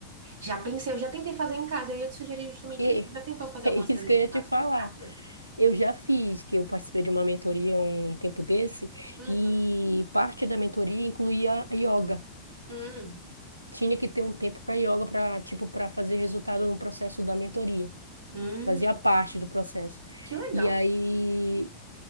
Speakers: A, on the right; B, on the right.
A: Já pensei, eu já tentei fazer em casa. Eu ia te sugerir justamente
B: E
A: isso. Você Já
B: <laughs>
A: tentou fazer
B: é
A: algumas
B: isso
A: coisas
B: que
A: de
B: eu ia
A: patos
B: te falar.
A: em casa?
B: Eu já fiz, que eu participei de uma mentoria um tempo desse,
A: Uhum.
B: e parte da mentoria incluía yoga.
A: Hum.
B: tinha que ter um tempo para yoga para tipo para fazer resultado no processo da mentoria
A: Hum.
B: fazia parte do processo
A: Que legal.
B: e aí